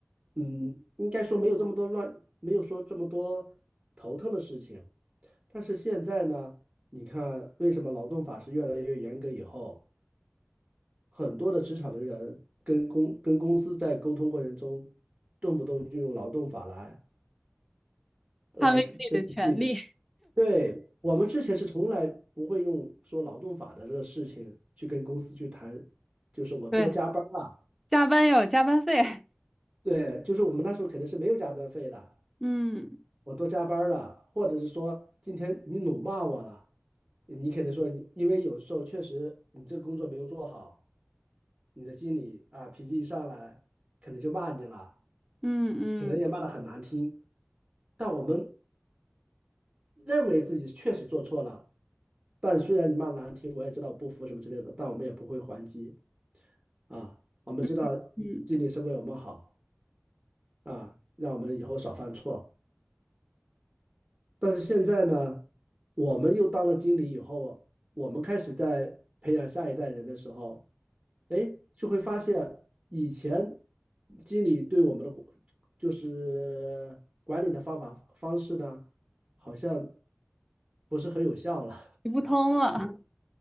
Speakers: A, on the right; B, in the centre.
A: 嗯，应该说没有这么多乱，没有说这么多头疼的事情。但是现在呢，你看为什么劳动法是越来越严格以后，很多的职场的人跟公跟公司在沟通过程中，动不动就用劳动法来。like
B: 捍卫自己的权利，
A: 这个自己的，对，我们之前是从来不会用说劳动法的这个事情去跟公司去谈，就是我多加班儿了，
B: <laughs> 对，加班要有加班费。
A: 对，就是我们那时候肯定是没有加班费的，
B: 嗯
A: 我多加班儿了，或者是说今天你辱骂我了，你肯定说你，因为有时候确实你这个工作没有做好，你的经理啊脾气一上来，可能就骂你了，
B: 嗯
A: 可能也骂得很难听，
B: 嗯
A: 但我们认为自己确实做错了，但虽然你骂难听，我也知道不服什么之类的，但我们也不会还击啊。我们知道经理是为我们好
B: 嗯嗯，
A: 啊，让我们以后少犯错。但是现在呢，我们又当了经理以后，我们开始在培养下一代人的时候，哎，就会发现以前经理对我们的管就是管理的方法方式呢，好像不是很有效了。
B: 行不通了。